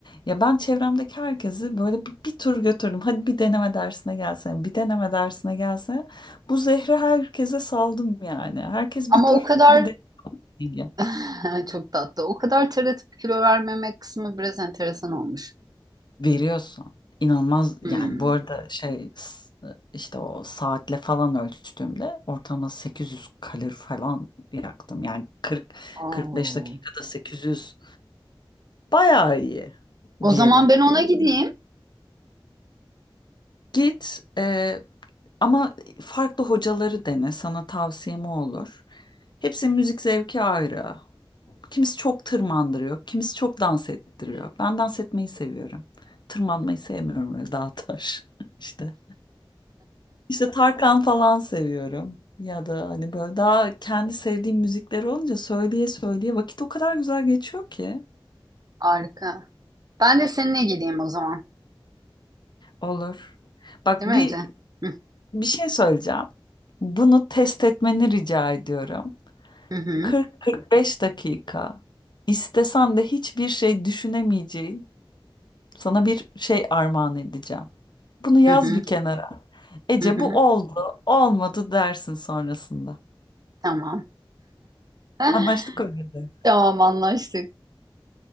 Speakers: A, on the left; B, on the right.
A: Ya ben çevremdeki herkesi böyle bir, bir tur götürdüm. Hadi bir deneme dersine gelsene, bir deneme dersine gelsene. Bu zehri herkese saldım yani. Herkes
B: Ama
A: bir tur
B: o kadar
A: bir deneyim.
B: <laughs> çok tatlı. O kadar ter atıp kilo vermemek kısmı biraz enteresan olmuş.
A: Veriyorsun. İnanılmaz
B: Hmm.
A: yani bu arada şey s- işte o saatle falan ölçtüğümde ortalama 800 kalori falan yaktım. Yani 40
B: Oo.
A: 45 dakikada 800 bayağı iyi
B: O
A: diyelim.
B: zaman ben ona gideyim.
A: Git e, ama farklı hocaları dene sana tavsiyem o olur. Hepsinin müzik zevki ayrı. Kimisi çok tırmandırıyor, kimisi çok dans ettiriyor. Ben dans etmeyi seviyorum. Tırmanmayı sevmiyorum öyle dağ taş <laughs> işte. İşte Tarkan falan seviyorum. Ya da hani böyle daha kendi sevdiğim müzikler olunca söyleye söyleye vakit o kadar güzel geçiyor ki.
B: Harika. Ben de seninle geleyim o zaman.
A: Olur. Bak
B: Değil
A: bir
B: mi Ece? Hı
A: bir şey söyleyeceğim. Bunu test etmeni rica ediyorum.
B: hı
A: 40-45 dakika. İstesen de hiçbir şey düşünemeyeceğin sana bir şey armağan edeceğim. Bunu yaz
B: hı hı
A: bir kenara. Ece
B: hı. hı.
A: bu oldu, olmadı dersin sonrasında.
B: Tamam. <laughs>
A: Anlaştık öyle de.
B: Tamam anlaştık.